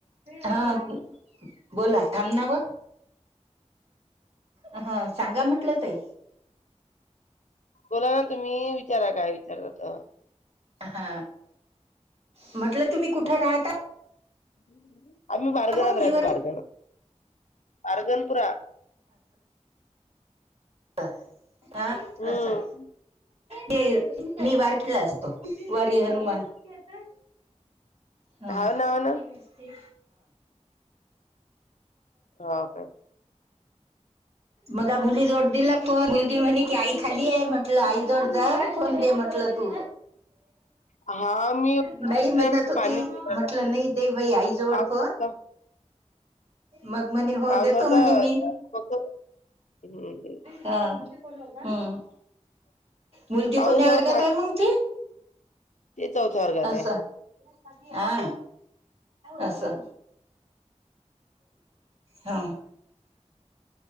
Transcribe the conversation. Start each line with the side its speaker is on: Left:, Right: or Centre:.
Right: हा बोला, थांबना व अ ह सांगा म्हटलं ताई.
Left: मला तुम्ही विचारा काय विचारता त?
Right: हा म्हटलं तुम्ही कुठ राहता?
Left: हम् <inaudible> आम्ही बारगणत
Right: मग हिवर
Left: राहतो बारगना बारगनपुरा
Right: <unintelligible>
Left: हम्म
Right: असा ते मी वारकीला असतो वारी हनुमान श्वेता हा
Left: हाव
Right: हा
Left: ना
Right: सकाळी
Left: हाव ना
Right: नसते
Left: हाव काय
Right: मग काय मुली जवळ दिला फोन मुलगी म्हणे की आई खाली आहे म्हटलं आई जवड दे फोन दे म्हटलं तू
Left: हा मी बघितलं
Right: नाही म्हणत
Left: मी
Right: तर
Left: पाणी
Right: ती
Left: शिंपडलं.
Right: म्हंटलं नाही दे बई आईजवड
Left: पावसाचा
Right: फोन मग म्हणे हो
Left: पावसाचा
Right: देतो म्हने मी
Left: फक्त हम्म
Right: हा हम् मुलगी
Left: पावसावर
Right: कोन्या वर्गात आहे मंग ती?
Left: ती चौथ्या वर्गात
Right: असं
Left: हाय
Right: हा असं हा